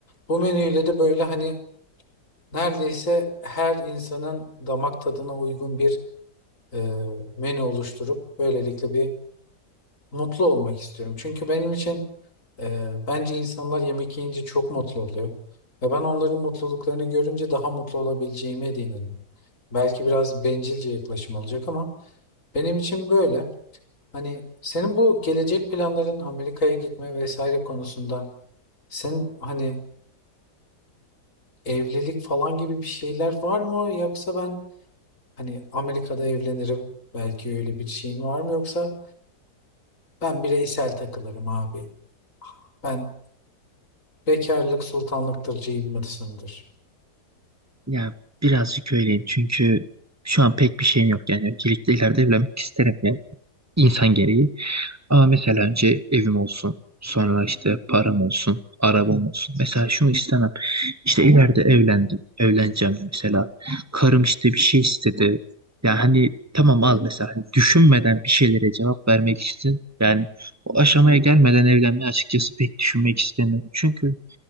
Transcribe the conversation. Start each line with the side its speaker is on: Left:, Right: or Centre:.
Left: bu menüyle de böyle hani neredeyse her insanın damak tadına uygun bir e, menü oluşturup böylelikle bir mutlu olmak istiyorum. Çünkü benim için e, bence insanlar yemek yiyince çok mutlu oluyor. Ve ben onların mutluluklarını görünce daha mutlu olabileceğime de inanıyorum. Belki biraz bencilce yaklaşım olacak ama benim için böyle. Hani senin bu gelecek planların Amerika'ya gitme vesaire konusunda sen hani evlilik falan gibi bir şeyler var mı? Yoksa ben hani Amerika'da evlenirim belki öyle bir şeyin var mı? Yoksa ben bireysel takılırım abi. Ben bekarlık sultanlıktırcıyım mısındır?
Right: ya birazcık öyleyim çünkü şu an pek bir şeyim yok yani öncelikle ileride evlenmek isterim yani insan gereği. Ama mesela önce evim olsun sonra işte param olsun arabam olsun. Mesela şunu istemem. İşte ileride evlendim, evleneceğim de mesela. Karım işte bir şey istedi. Yani hani tamam al mesela. Hani düşünmeden bir şeylere cevap vermek için yani o aşamaya gelmeden evlenmeyi açıkçası pek düşünmek istemiyorum. Çünkü